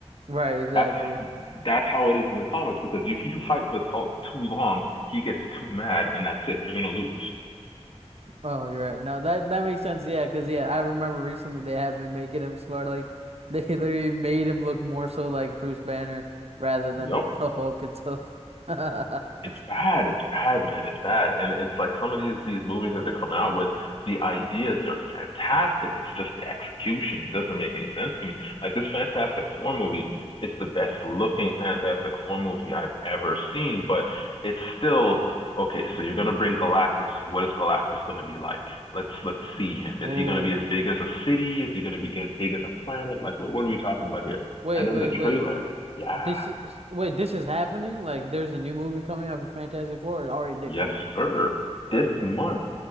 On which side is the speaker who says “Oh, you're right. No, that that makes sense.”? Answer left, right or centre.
Right